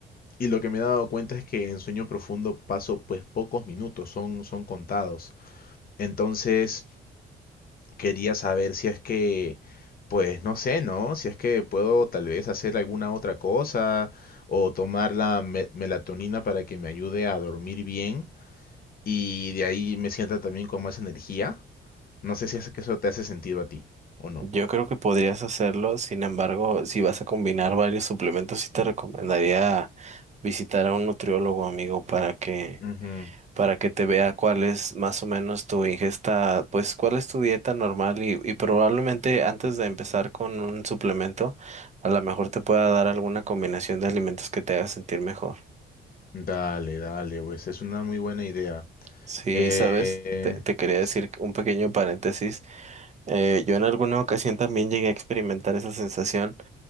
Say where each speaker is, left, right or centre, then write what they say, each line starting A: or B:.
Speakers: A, on the left; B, on the right.
A: Y lo que me he dado cuenta es que en sueño profundo paso pues pocos minutos, son, son contados. Entonces, Quería saber si es que, pues no sé, ¿no? Si es que puedo tal vez hacer alguna otra cosa o tomar la me- melatonina para que me ayude a dormir bien y de ahí me sienta también con más energía. No sé si es que eso te hace sentido a ti o no.
B: Yo creo que podrías hacerlo. Sin embargo, si vas a combinar varios suplementos, sí te recomendaría visitar a un nutriólogo, amigo, para que
A: Ujú.
B: para que te vea cuál es más o menos tu ingesta, pues cuál es tu dieta normal y, y probablemente antes de empezar con un suplemento, a lo mejor te pueda dar alguna combinación de alimentos que te haga sentir mejor.
A: Dale, dale, pues es una muy buena idea.
B: Sí,
A: Eh,
B: sabes, te, te quería decir
A: s-
B: un pequeño paréntesis. Eh, yo en alguna ocasión también llegué a experimentar esa sensación